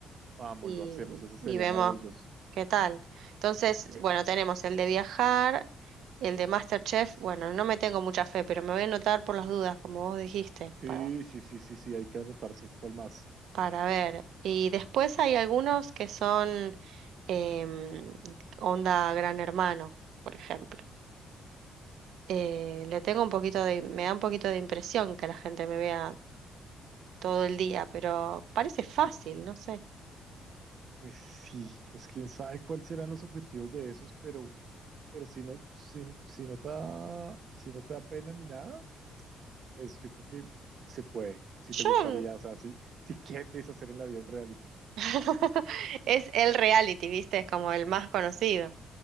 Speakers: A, on the right; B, on the right.
A: Vamos,
B: y,
A: lo hacemos, ese
B: y
A: sería
B: vemos
A: maravilloso.
B: qué tal. Entonces,
A: Eh,
B: bueno, tenemos el de viajar, el de MasterChef. Bueno, no me tengo mucha fe, pero me voy a anotar por las dudas, como vos dijiste.
A: Sí,
B: para
A: sí, sí, sí, sí, hay que anotarse. ¿Cuál más?
B: para ver. Y después hay algunos que son em, onda Gran Hermano, por ejemplo. Eh, le tengo un poquito de, me da un poquito de impresión que la gente me vea todo el día, pero parece fácil, no sé.
A: Pues sí, pues quién sabe cuáles serán los objetivos de esos, pero, pero si no, si, si no te da, si no te da pena ni nada, pues yo creo que se puede. Si
B: Yo
A: te gustaría, o sea, si, si quieres hacer en la vida un reality.
B: <laughs> es el reality, ¿viste? Es como el más conocido.